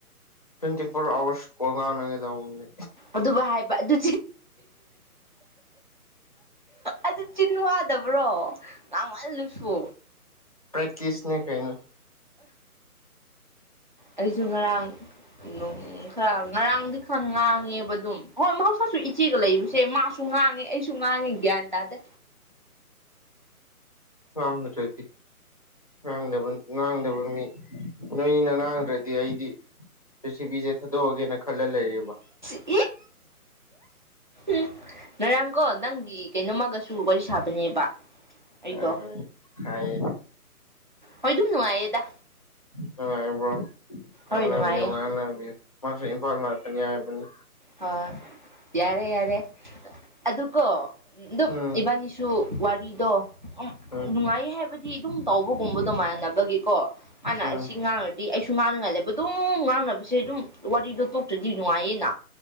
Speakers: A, on the left; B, on the right.
A: ꯇ꯭ꯋꯦꯟꯇꯤ ꯐꯣꯔ ꯑꯋꯥꯔꯁ ꯀꯜꯥꯎꯅꯉꯗꯅꯤ
B: ꯑꯗꯨꯕꯨ ꯍꯥꯏꯕ ꯑꯗꯨ ꯑꯗꯨ ꯆ ꯇꯕ꯭ꯔꯣ ꯉꯥꯡ ꯋꯥꯜꯍꯜꯂꯨꯁꯨ
A: ꯄꯦꯦꯛꯛꯇꯤꯁꯅꯦ ꯀꯩꯅꯣ
B: ꯑꯩꯁꯨ ꯉꯔꯥꯡꯣꯡ ꯈꯔ ꯉꯔꯥꯡꯗꯤ ꯈꯔ ꯉꯥꯡꯉꯦꯕ ꯑꯗꯨꯝ ꯍꯣꯏ ꯃꯍꯧꯁꯥꯁꯨ ꯏꯆꯦꯒ ꯂꯩꯕꯁꯦ ꯃꯥ ꯁꯁꯨ ꯉꯥꯡꯉꯦ ꯑꯩꯁꯨ ꯉꯥꯡꯉꯦ ꯒ꯭ꯌꯥꯟ ꯇꯥꯗ
A: ꯍ ꯆꯦꯗꯤ ꯉꯥꯡꯗꯕ ꯉꯥꯡꯗꯕ ꯃꯤ ꯅꯣꯏꯅꯤꯅ ꯉꯥꯡꯗ꯭ꯔꯗꯤ ꯑꯩꯗꯤ ꯄ꯭ꯔꯤꯊꯤꯕꯤꯁꯦ ꯊꯥꯗꯣꯛꯑꯒꯦꯅ ꯈꯜꯂ ꯂꯩꯔꯦꯕ
B: ꯏꯁ ꯎ ꯅꯣꯏꯔꯥꯡ ꯀꯣ ꯅꯪꯒꯤ ꯀꯩꯅꯣꯝꯃꯒꯁꯨ ꯇ ꯋꯥꯔꯤ ꯁꯥꯕꯅꯦꯕ ꯑꯩꯗꯣ
A: ꯍꯣꯏ ꯍꯣꯏ ꯍꯥꯏꯌꯦ
B: ꯍꯣꯏ ꯑꯗꯨꯝ ꯅꯨꯡꯉꯥꯏꯌꯦꯗ
A: ꯅꯨꯡꯉꯥꯏꯕ꯭ꯔꯣ ꯉꯥꯡꯅꯕꯤꯌꯨ
B: ꯍꯣꯏ ꯅꯨꯡꯉꯥꯏꯌꯦ
A: ꯉꯥꯡꯅꯕꯤꯌꯨ ꯃꯥꯁꯨ ꯏꯝꯐꯥꯜ ꯂꯥꯛꯀꯅꯤ ꯍꯥꯏꯕꯅꯤ
B: ꯑ ꯌꯥꯔꯦ ꯌꯥꯔꯦ ꯑꯗꯨꯒꯀꯣ ꯑꯗꯨꯝ
A: ꯎꯝ
B: ꯏꯕꯥꯅꯤꯁꯨ ꯋꯥꯔꯤꯗꯣ ꯎ
A: ꯎꯝ
B: ꯅꯨꯡꯉꯥꯏ ꯍꯥꯏꯕꯗꯤ ꯑꯗꯨꯝ ꯇꯧꯕꯒꯨꯝꯕꯗꯣ ꯃꯥꯟꯅꯅꯕꯒꯤꯀꯣ ꯃꯥꯅ
A: ꯎꯝ
B: ꯑꯁꯤ ꯉꯥꯡꯉꯗꯤ ꯑꯩ ꯑꯩꯁꯨ ꯉꯥꯡꯅ ꯉꯜꯂꯦꯕ ꯑꯗꯨꯝ ꯉꯥꯡꯅꯕꯁꯦ ꯑꯗꯨꯝ ꯋꯥꯔꯤꯗꯣ ꯇꯣꯛ ꯇꯨꯗꯤ ꯅꯨꯡꯉꯥꯏꯌꯦꯅ